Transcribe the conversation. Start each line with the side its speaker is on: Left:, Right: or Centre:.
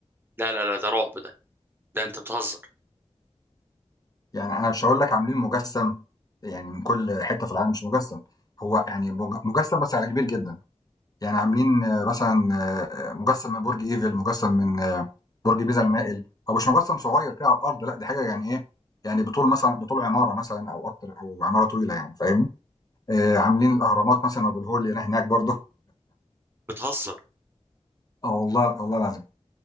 Right: لا لا لا ده رعب ده ده انت بتهزر
Left: يعني أنا مش هقول لك عاملين مجسم يعني من كل حتة في العالم مش مجسم هو يعني مج- مجسم بس على كبير جدا يعني عاملين آه، مثلًا آآ مجسّم من برج إيفل، مجسّم من آه، برج بيزا المائل، هو مش مجسّم صغير كده على الأرض لأ، دي حاجة يعني إيه، يعني بطول مثلًا بطول عمارة مثلًا أو أكتر أو عمارة طويلة يعني فاهمني؟ آآ عاملين الأهرامات مثلًا وأبو الهول اللي هنا هناك برضه
Right: بتهزر
Left: آه والله والله العظيم